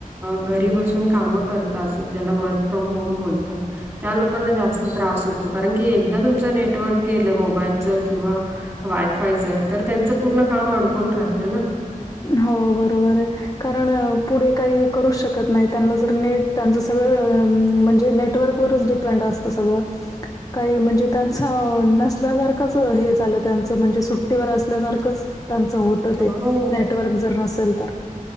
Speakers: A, on the right; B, on the left.
A: घरी बसून काम करतात ज्याला वर्क फ्रॉम होम बोलतात त्या लोकांना त्र होत कारण क तुम नेटवर्क गे किंवा वायफायच तर त्यांच पूर्ण काम अडकून राहतं ना
B: हो बरोबर आहे कारण पुढे काही करूच शकत नाही त्यांना जर नेट त्यांच सगळं म्हणजे नेट नेटवर् ववरच डिपेंड असतं सगळं काही म्हणजे त्यांच नसल्यासारखंच हे झालं त्यांचं म्हणजे सुट्टीवर असल्यासारखंच त्यांच होत ते
A: हो
B: नेटवर्क जर नसेल तर